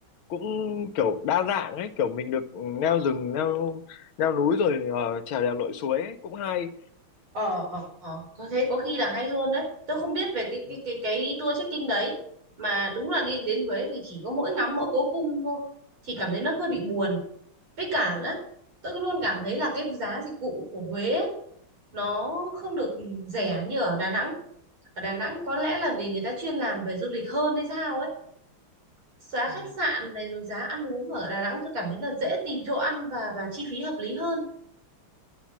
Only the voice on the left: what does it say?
cũng kiểu đa dạng ấy, kiểu mình được leo rừng, leo leo núi rồi ờ, trèo đèo lội suối ấy, cũng hay.
Ừ,
ừ,
ừ.